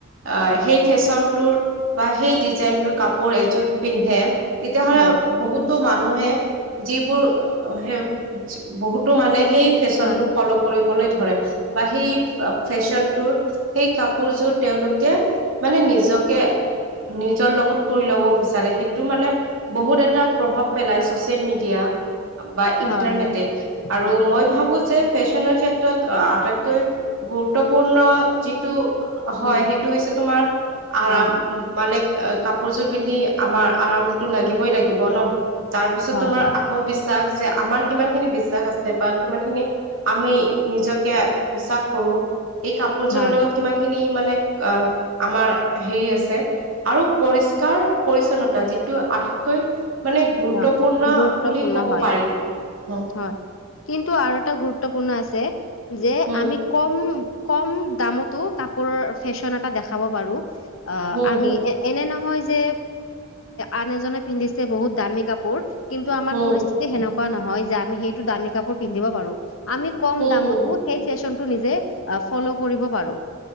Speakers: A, on the right (about 80°); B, on the left (about 80°).
A: আহ সেই ফেশ্বনটোৰ বা সেই ডিজাইনটোৰ কাপোৰ এযোৰ পিন্ধে। তেতিয়াহ'লে
B: হয়
A: বহুত। <unintelligible> মানুহে যিবোৰ <unintelligible> বহুতো মানে সেই ফেশ্বনটো
B: হয়
A: ফলোঁ। কৰিবলৈ ধৰে বা সেই ফেশ্বনটোৰ সেই কাপ পোৰযোৰ তেওঁলোকে মানে নিজকে। নিজৰ লগত কৰি ল'ব বিচাৰে সেইটো মানে। বহুত এটা প্ৰভাৱ পেলাই ছচিয়েল মিডিয়া বা ইন্টাৰনেটে।
B: হয় হয়
A: আৰু
B: হয়
A: মই ভাবো যে ফেশ্বনৰ ক্ষেত্ৰত আটাইতকৈ। গুৰুত্বপূৰ্ণ যিটো। হয়
B: উম
A: সেইটো হৈছে তোমাৰ আৰাম
B: অ
A: মানে। অ কাপোৰযোৰ পিন্ধি আমাৰ আৰামটো লাগিবই লাগিব নহ তাৰ পিছত
B: হয়
A: তোমাৰ। ত্মবিশ্বাস যে আমাৰ কিমান খিনি বিশ্বাস আছে বা কিমান খিনি। আমি নিজকে বিশ্বাস কৰোঁ এই কাপোৰযোৰৰ
B: হয়
A: লগত কিমান। খিনি মানে আমাৰ হেৰি আছে। আৰু পৰিষ্কাৰ পৰিচ্ছন্নতা যিটো আটাইতকৈ। মানে গুৰুত্বপূৰ্ণ
B: অ গুৰুত্বপূৰ্ণ
A: বুলি ক'ব
B: হয়
A: পাৰি অ।
B: হয় কিন্তু আৰু এটা গুৰুত্বপূৰ্ণ আছে যে
A: হম
B: আমি। কম, কম দামতো কাপোৰৰ ফেশ্বন এটা দেখাব পাৰোঁ। অ
A: হম
B: আমি
A: হম
B: এ-এনে নহয় যে আন এজনে পিন্ধিছে বহুত। দামী কাপোৰ কিন্তু আমাৰ
A: হম
B: পৰিস্থিত <unintelligible> সেনেকুৱা নহয় যে আমি সেইটো দামী কাপোৰ পিন্ধিব পাৰোঁ আমি কম
A: হম
B: দামতো।
A: হম
B: সেই ফেশ্বনটো নিজে ফ'ল' কৰিব পাৰোঁ।